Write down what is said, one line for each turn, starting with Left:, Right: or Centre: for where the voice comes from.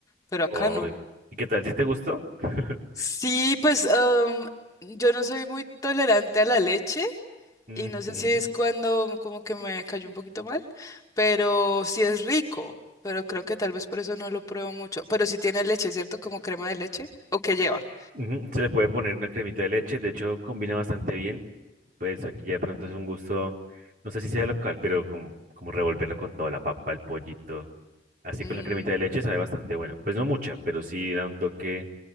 Left: pero acá
Right: Uy,
Left: no.
Right: ¿Y qué tal? ¿Si te gustó? <laughs>
Left: Sí, pues am, yo no soy muy tolerante a la leche
Right: Ujú.
Left: y no sé si es cuando como que me cayó un poquito mal, pero sí es rico, pero creo que tal vez por eso no lo pruebo mucho. Pero sí tiene leche, ¿cierto? Como crema de leche. ¿O qué lleva?
Right: Ujú, Se le puede poner una cremita de leche, de hecho combina bastante bien. Pues aquí ya de pronto es un gusto, no sé si sea local, pero como, como revolverlo con toda la papa, el pollito, así
Left: Mm,
Right: con la cremita de leche sabe bastante bueno. Pues no mucha, pero sí da un toque